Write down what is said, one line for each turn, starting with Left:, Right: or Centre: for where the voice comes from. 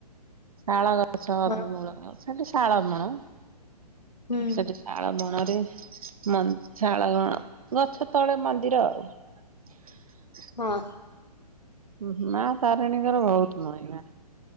Right: ଶାଳ ଗଛ
Left: ହଁ
Right: ମୂଳ ସେଠି ଶାଳ ମୂଳ
Left: ହୁଁ
Right: ସେଠି। ଶାଳ ବଣରେ ମ ଶାଳ ବଣ ଗଛ ତଳେ ମନ୍ଦିର ଆଉ ଆଜା
Left: ହଁ।
Right: ହ ମା ତାରିଣୀଙ୍କର ବହୁତ ମହିମା।